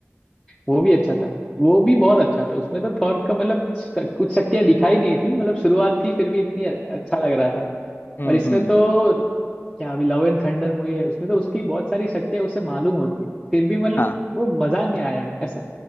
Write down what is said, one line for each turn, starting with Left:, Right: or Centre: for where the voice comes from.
Centre: वो भी अच्छा था वो भी बहुत अच्छा था उसमें तो थॉर का मतलब स- कुछ शक्तियां दिखाई नहीं थी मतलब शुरुआत थी फिर भी इतनी अ- अच्छा लग रहा था
Left: हम्म
Centre: और इसमें
Left: हम्म
Centre: तो क्या अभी लव एंड थंडर मूवी है उसमें तो उसकी बहुत सारी शक्तियां उसे मालूम होती है फिर भी मतलब
Left: हाँ
Centre: वो मजा नहीं आया ऐसा